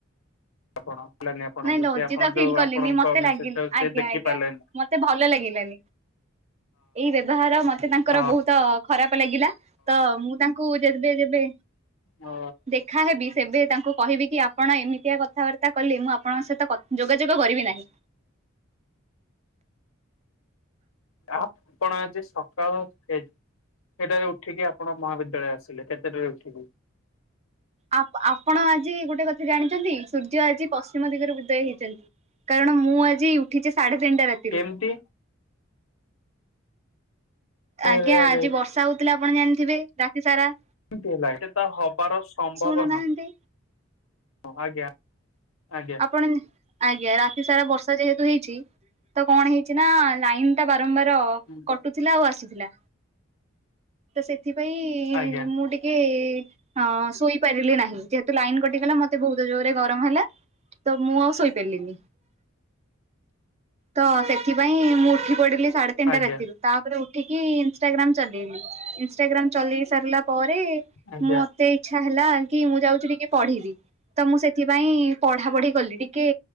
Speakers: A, on the left; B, on the right.
A: ଆପଣ। ହେଲାନି ଆପଣଙ୍କୁ
B: ନାଇଁ ଲଜିତା
A: ସେ ଆପଣ ଯୋଉ
B: ଫିଲ୍ କଲିନି
A: ଆପଣଙ୍କ
B: ମତେ
A: ମେସେଜ
B: ଲାଗି
A: ଟାକୁ ସେ
B: ଆଜ୍ଞା
A: ଦେଖି
B: ଆଜ୍ଞା
A: ପାରିଲେନି
B: ମତେ ଭଲ ଲାଗିଲାନି। ଏଇ ବ୍ୟବହାର ମତେ ତାଙ୍କର
A: ହଁ
B: ବହୁତ ଖରାପ ଲାଗିଲା ତ ମୁଁ ତାଙ୍କୁ ଯେବେ ଯେବେ
A: ଅ
B: ଦେଖାହେବି ସେବେ ତାଙ୍କୁ କହିବି କି ଆପଣ ଏମିତିଆ କଥାବାର୍ତ୍ତା କଲେ ମୁଁ ଆପଣଙ୍କ ସହିତ ଯୋଗାଯୋଗ କରିବି ନାହିଁ।
A: ଆପଣ ଆଜି ସକାଳଫେ କେତେଠାରୁ ଉଠିକି ଆପଣ ମହାବିଦ୍ୟାଳୟ ଆସିଲେ କେତେଟାରେ ଉଠିକି?
B: ଆପ୍ ଆପଣ ଆଜି ଗୋଟେ କଥା ଜାଣିଛନ୍ତି ସୂର୍ଯ୍ୟ ଆଜି ପଶ୍ଚିମ ଦିଗରୁ ଉଦୟ ହେଇଛନ୍ତି। କାରଣ ମୁଁ ଆଜି ଉଠିଛି ସାଢେ ତିନିଟା ରାତିରୁ।
A: କେମିତି
B: ଆଜ୍ଞା
A: ଆରେ ଆରେ
B: ଆଜି ବର୍ଷା ହଉଥିଲା ଆପଣ ଜାଣିଥିବେ ରାତି ସାରା।
A: ସେଟା ତ ହବାର ସମ୍ଭବନ
B: ଶୁଣୁନାହାନ୍ତି।
A: ଆଜ୍ଞା। ଆଜ୍ଞା
B: ଆପଣ ଆଜ୍ଞା। ରା ରାତିସାରା ବର୍ଷା ଯେହେତୁ ହେଇଛି ତ କଣ ହେଇଛି ନା ଲାଇନ୍ ଟା ବାରମ୍ବାର
A: ଆଜ୍ଞା
B: କଟୁଥିଲା ଆଉ ଆସୁଥିଲା। ସେଥିପାଇଁ
A: ଆଜ୍ଞା
B: ମୁଁ ଟିକେ ହଁ ଶୋଇପାରିଲି ନାହିଁ। ଯେହେତୁ ଲାଇନ୍ କଟିଗଲା ମତେ ବହୁତ ଜୋରରେ ଗରମ ହେଲା। ତ ମୁଁ ଆଉ ଶୋଇପାରିଲିନି। ତ ସେଥିପାଇଁ ମୁଁ ଉଠି ପଡିଲି। ସାଢେ ତିନିଟା
A: ଆଜ୍ଞା
B: ରାତିରୁ ତାପରେ ଉଠିକି ଇଷ୍ଟାଗ୍ରାମ ଚଲେଇଲି। ଇଷ୍ଟାଗ୍ରାମ ଚଲେଇସାରିଲା ପରେ ତାପରେ
A: ଆଜ୍ଞା
B: ମତେ ଇଚ୍ଛା ହେଲା କି ମୁଁ ଯାଉଛି ଟିକେ ପଢିବି। ତ ମୁଁ ସେଥିପାଇଁ ପଢା ପଢି କଲି। ଟିକେ